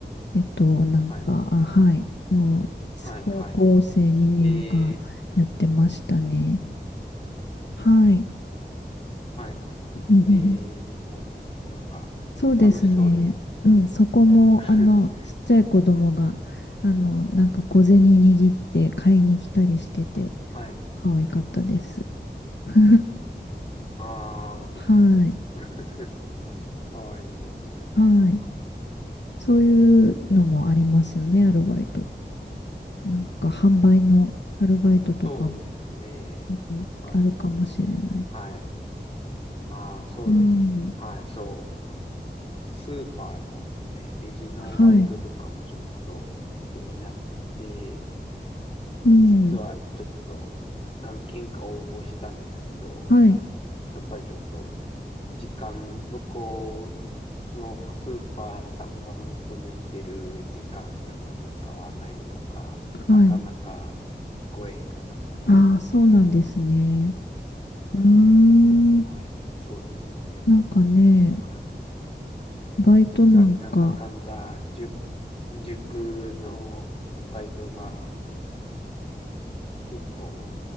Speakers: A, on the left; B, on the left.
A: えっと、なんか、
B: はい、
A: あ、はい。もう、
B: はい、
A: 高校生2年間やってましたね。
B: はい。ええ
A: はい。
B: はい、
A: うん
B: ええうんなんか、
A: そうですね。
B: 楽しそうですね、
A: うん、
B: 全部。
A: そこも、
B: <laughs>
A: あの、ちっちゃい子供が、あの、なんか小銭握って買いに来たりしてて、
B: はい。
A: 可愛かったです。<laughs>
B: あ
A: はい。
B: あ、<laughs> かわいいですね。
A: はい。
B: そっか。
A: そういうのもありますよね、アルバイト。なんか、販売のアルバイトとかも、
B: そうですね。
A: うんあるかもしれない。
B: そっか。はい。ああ、そうですね。
A: うん。
B: はい、そう。スーパーのね、レジのバイトとかもちょっと気になってて、
A: はい。うん。
B: 実はちょっと何件か応募したんですけど、
A: はい。
B: やっぱりちょっと時間、向こうのスーパーさんが求めてる時間とやっぱりちょっと合わないのか、なかなか
A: はい。
B: ご縁がなくて、
A: ああ、そうなんですね。うーん。
B: うん、まあ、そうですよね。
A: なんかね、
B: はい。
A: バイトなんか、
B: やっぱりなんだかんだ、塾、塾のバイトが結構、